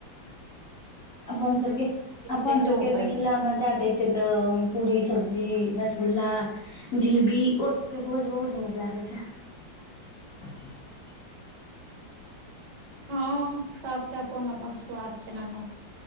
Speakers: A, on the left; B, on the right.
A: अपन सभके, अपन
B: पेटो
A: सभके
B: भरै
A: मिथिला
B: छै
A: मे दै दैत। से तऽ पूड़ी, सब्‍जी, रसगुल्ला। जिलेबी ओ सबके भोज बहुत नीक लागै छैय <unintelligible>
B: हं सभके अपन अपन स्वाद छैय एना त